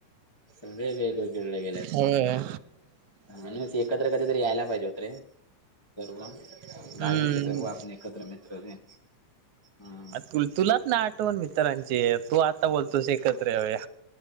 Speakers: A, on the left; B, on the right.
A: सर्व वेगवेगळीकड गेल्यात.
B: होय.
A: म्हणून एकत्र कधीतरी यायला पाहिजे होत रे, सर्व.
B: हम्म
A: दहावीचे सर्व आपण एकत्र मित्र रे, हम्म.
B: तुल तुलाच ना आठवण मित्रांची तू आता बोलतोस एकत्र येऊया